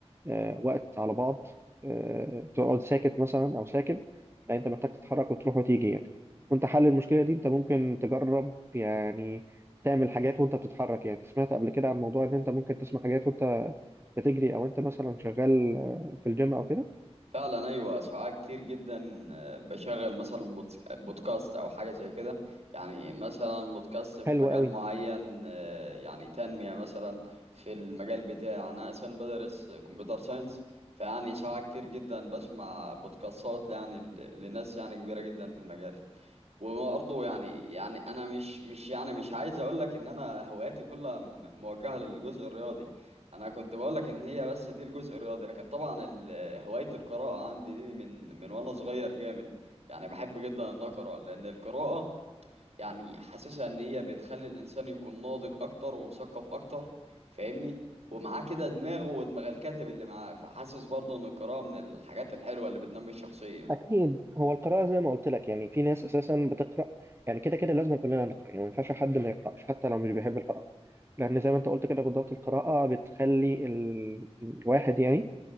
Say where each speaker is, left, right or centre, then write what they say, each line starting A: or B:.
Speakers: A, on the right; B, on the right.
A: آه، وقت على بعض آه، تقعد ساكت مثلا او ساكن لا انت محتاج تتحرك وتروح وتيجي يعني وانت حل المشكلة دي انت ممكن تجرب يعني تعمل حاجات وانت بتتحرك يعني سمعت قبل كده عن موضوع ان انت ممكن تسمع حاجات وانت بتجري او انت مثلا شغال آه، في الجيم او كده
B: فعلا ايوه ساعات كتير جدا آه، بشغل مثلا بودس- بودكاست او حاجه زي كده يعني مثلا بودكاست في
A: حلو
B: مجال
A: قوي
B: معين آه، يعني تنميه مثلا في المجال بتاعي انا اصلا بدرس كمبيوتر ساينس فيعني ساعات كتير جدا بسمع بودكاستات يعني ل- لناس يعني كبيره جدا في المجال وبرضه يعني يعني انا مش مش يعني مش عايز اقول لك ان انا هواياتي كلها م- موجهه للجزء الرياضي انا كنت بقول لك ان هي بس دي الجزء الرياضي لكن طبعا ال- هوايه القراءه عندي دي من من وانا صغير جامد يعني بحب جدا ان اقرا لان القراءه يعني حاسسها ان هي بتخلي الانسان يكون ناضج اكتر ومثقف اكتر فاهمني ومعاه كده دماغه ودماغ الكاتب اللي معاه فحاسس برضه ان القراءه من الحاجات الحلوه اللي بتنمي الشخصيه
A: اكيد هو القراءه زي ما قلت لك يعني في ناس اساسا بتقرا يعني كده كده لازم كلنا نقرا يعني ما ينفعش حد ما يقراش حتى لو مش بيحب القراءه لان زي ما انت قلت كده بالضبط القراءه بتخلي ال- الواحد يعني